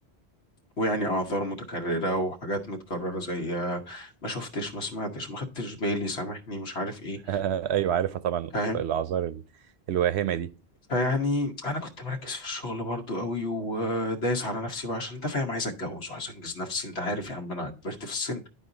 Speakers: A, on the left; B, on the right.
A: ويعني اعذار متكررة وحاجات متكررة زي آه، ما شفتش ما سمعتش ما خدتش بالي سامحني مش عارف ايه
B: <laughs> ايوه عارفها طبعا
A: فاهم
B: الأعص- الاعذار ال- الواهمه دي
A: فيعني انا كنت مركز في الشغل برضو قوي ودايس على نفسي بقى عشان انت فاهم عايز اتجوز وعايز انجز نفسي انت عارف يا عم انا كبرت في السن